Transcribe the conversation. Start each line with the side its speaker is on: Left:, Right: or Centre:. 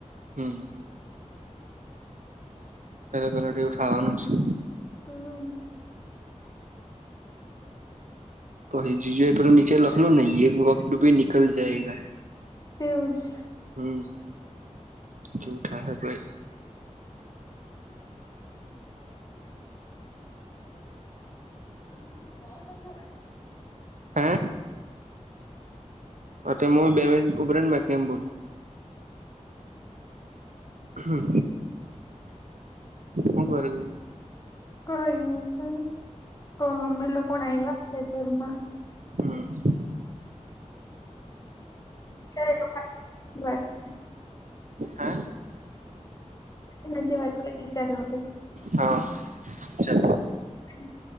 Right: હમ. પેલા પેલા તો એવું થવાનું છે.
Left: હમ.
Right: તો પહિ જીજુ એ પેલું નીચે લખલૂ ને યે વક્ત ભી નિકલ જાયેગા.
Left: તેવુ જ.
Right: હમ, જેવુ થાહે પહી.
Left: હ તું કોણ હાથે વાત <unintelligible>
Right: હે, હું બે મિનિટ ઉભી રેને મેં કેમ બધું. હમ હું કરે બીજું?
Left: કઈ ની જોની, તો મમ્મી લોકો આઈવા છે ઘર માં?
Right: હમ.
Left: ચાલ એલોકો હાથે વાત <unintelligible>
Right: હે
Left: હાંજે વાત કરીએ ચાલો હવે.
Right: હા, ચાલો.
Left: હમ <unintelligible>